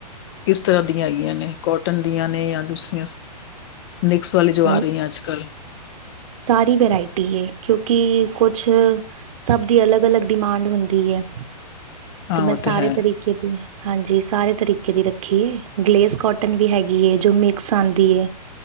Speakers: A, on the left; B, on the right.
A: ਕਿਸ ਤਰ੍ਹਾਂ ਦੀਆਂ ਹੈਗੀਆਂ ਨੇ। ਕੋਟਨ ਦੀਆਂ ਨੇ ਜਾਂ ਦੂਸਰੀਆਂ ਮਿਕਸ ਵਾਲੀਆ
B: ਹਾਂ-ਹਾਂ।
A: ਜਵਾ ਰਹੀਆਂ ਅੱਜ ਕੱਲ੍ਹ
B: ਸਾਰੀ ਵਰਾਇਟੀ ਏ ਕਿਉਂਕਿ ਕੁਛ, ਸਭ ਦੀ ਅਲੱਗ ਅਲੱਗ ਡਿਮਾਂਡ ਹੁੰਦੀ ਹੈ,
A: ਹਾਂ
B: ਤੇ
A: ਉਹ
B: ਮੈਂ ਸਾਰੇ
A: ਹੈ
B: ਤਰੀਕੇ, ਦੀ ਹਾਂਜੀ ਸਾਰੇ ਤਰੀਕੇ ਦੀ ਰੱਖੀਏ ਗਲੇਸ ਕੋਟਨ ਵੀ ਹੈਗੀ। ਜੋ ਮਿਕਸ ਆਉਂਦੀ ਹੈ